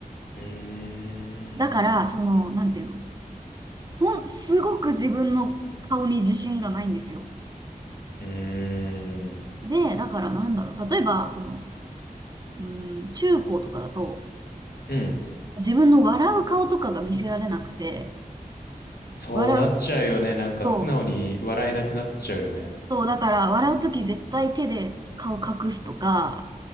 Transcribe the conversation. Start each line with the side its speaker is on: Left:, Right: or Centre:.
Left: うーん。
Right: だから、その、なんていうの、ほん、すごく自分の顔に自信がないんですよ。
Left: うーん。
Right: で、だからなんだろう、例えば、その、うーん、中高とかだと、
Left: うん。
Right: 自分の笑う顔とかが見せられなくて、
Left: そうなっちゃうよね。
Right: 笑う
Left: なんか素直に笑えなくなっちゃうよね。
Right: と、そう、だから笑うとき絶対手で顔隠すとか、